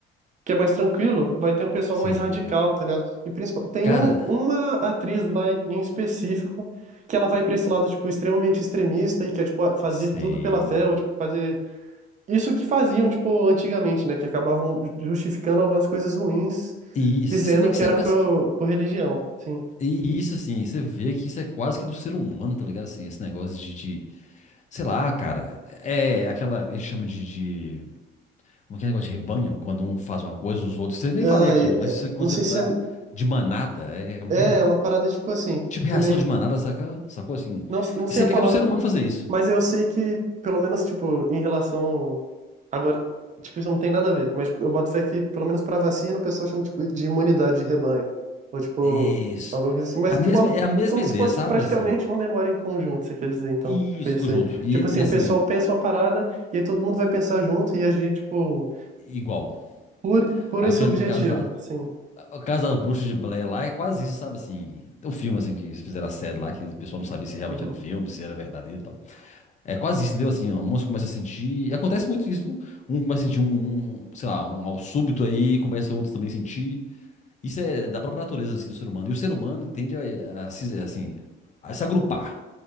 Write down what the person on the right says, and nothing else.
que é mais tranquilo, vai ter um pessoal
mais radical, tá ligado? E principal, tem
um, uma atriz lá em específico que ela vai pra esse lado, tipo, extremamente extremista e quer, tipo, a- fazer
tudo pela fé, ou, tipo, fazer isso que faziam, tipo, antigamente, né? Que acabavam justificando algumas coisas ruins,
dizendo
que
era
pro,
por religião, sim.
Ah,
e-
é,
não sei
se
é,
é uma parada, tipo, assim,
que
nem,
não, não sei
a
palavra,
Mas eu sei que, pelo menos, tipo, em relação. Agora, tipo, isso não tem nada a ver, mas tipo, eu boto fé que, pelo menos pra vacina, o pessoal chama, tipo, de imunidade de rebanho. Ou, tipo,
alguma coisa assim. Mas,
tipo, uma-
como
se fosse
praticamente
uma memória em conjunto, você quer dizer, então.
Tipo, isso
aí.
Tipo assim,
o
pessoal pensa uma parada e aí todo mundo vai pensar junto e agir, tipo,
por, por
esse objetivo,
assim.
Uhum,